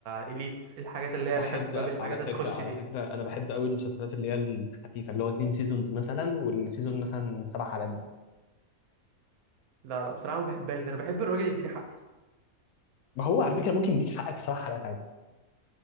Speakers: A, on the right; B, on the left.
A: اليت الحاجات اللي
B: بحب
A: هي لا كاسا دي بابل الحاجات
B: على فكره
A: اللي تخش
B: على
A: دي
B: فكره انا بحب قوي المسلسلات اللي هي الخفيفه اللي هو اتنين سيزونز مثلا والسيزون مثلا سبع حلقات بس
A: لا لا بصراحة ما بحبهاش ده انا بحب الراجل يديني حقي
B: ما هو على فكره ممكن يديك حقك سبع حلقات عادي